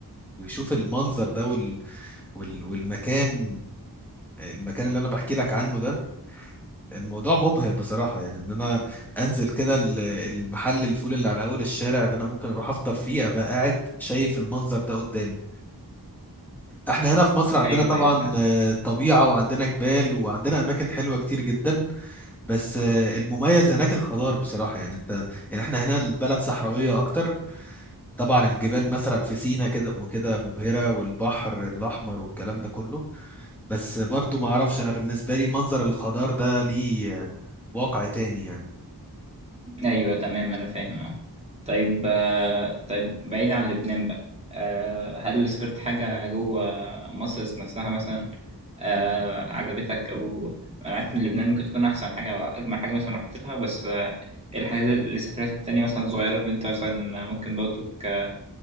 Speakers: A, in the centre; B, on the right (about 15°).
A: ويشوف المنظر ده وال... وال... والمكان المكان اللي أنا بحكي لك عنه ده الموضوع مبهر بصراحة يعني ان انا انزل كده ال- المحل الفول اللي على اول الشارع اللي انا ممكن اروح افطر فيه ابقى قاعد شايف المنظر ده قدامي احنا هنا في مصر عندنا
B: أيوه
A: طبعا
B: أيوه فاهم
A: آه، طبيعة وعندنا جبال وعندنا اماكن حلوة كتير جدا بس آه، المميز هناك الخضار بصراحة يعني انت يعني احنا هنا البلد صحراوية اكتر طبعا الجبال مثلا في سينا كده وكده مبهرة والبحر الاحمر والكلام ده كله بس برضو ما اعرفش انا بالنسبة لي منظر الخضار ده ليه آه، واقع تاني يعني
B: ايوه تمام انا فاهم اه طيب آه، طيب بعيد عن لبنان بقى آه، هل سافرت حاجة جوه مصر نفسها مثلا آه، عجبتك او انا عارف ان لبنان ممكن تكون احسن حاجة او اجمل حاجة مثلا رحت لها بس آه، ايه الحاجات اللي سافرت التانية مثلا صغيرة اللي انت مثلا ممكن برضو ك-